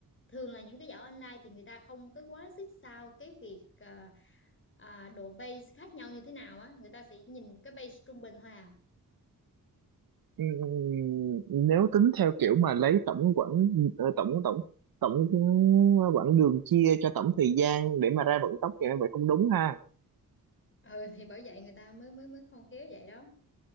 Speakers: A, on the left; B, on the right.
A: thường là những cái giải online thì người ta không có quá xích sao cái việc à, à, độ base khác nhau như thế nào á người ta sẽ nhìn cái base trung bình thôi à
B: Ừm, nếu tính theo kiểu mà lấy tổng quãng ờ, tổng tổng tổng quãng đường chia cho tổng thời gian để mà ra vận tốc thì nó vậy không đúng ha
A: ừ thì bởi vậy người ta mới mới mới khôn khéo vậy đó